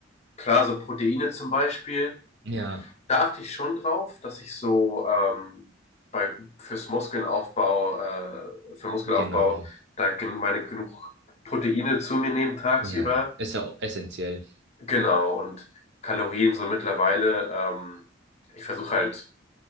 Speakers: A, on the left; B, on the right.
A: Klar, so Proteine zum Beispiel,
B: Ja,
A: da achte ich schon drauf, dass ich so ähm, bei, fürs Muskelaufbau, äh, für Muskelaufbau,
B: genau.
A: da gen meine genug Proteine zu mir nehme tagsüber.
B: Ja, ist ja auch essentiell.
A: Genau, und Kalorien so mittlerweile, ähm, ich versuche halt